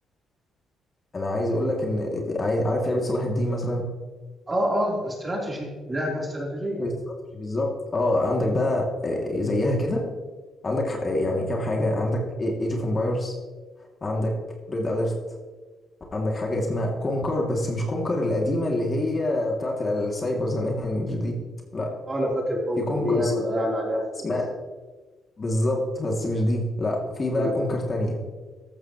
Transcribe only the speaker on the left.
انا عايز اقول لك ان عايز عارف لعبة صلاح الدين مثلا
الاستراتيجي بالظبط اه عندك بقى آه، زيها كده عندك ح- يعني
كام حاجة عندك ايج اوف امبايرز عندك ريد اليرت عندك حاجة اسمها كونكر بس مش كونكر القديمة اللي هي بتاعت السايبر زمان مش دي لا
في كونكر
اسمها بالظبط بس مش دي لا في بقى
كونكر تانية